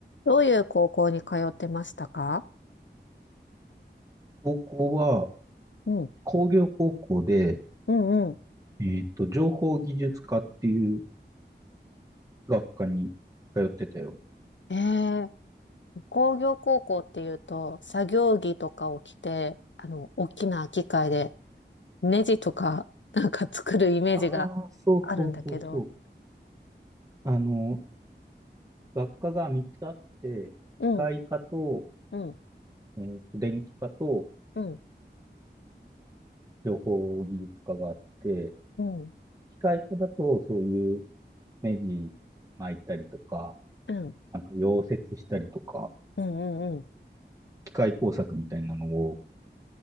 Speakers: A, on the left; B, on the right.
A: どういう高校に通ってましたか
B: 高校は
A: うん。
B: 工業高校で、
A: うんうん。
B: えっと、情報技術科っていう学科に通ってたよ。
A: ええ工業高校っていうと、作業着とかを着て、あの、大きな機械で、ネジとか、<laughs> なんか作るイメージが
B: ああ、そうそうそうそう。
A: あるんだけど。
B: あの、学科が3つあって、
A: うん、
B: 機械科と、
A: うん、
B: えっと、電気科と
A: うん、
B: 情報技術科があって、
A: うん、
B: 機械科だとそういう目ジ巻いたりとか、
A: うん、うん、
B: なんか溶接したりとか、
A: うん、うん。
B: 機械工作みたいなのを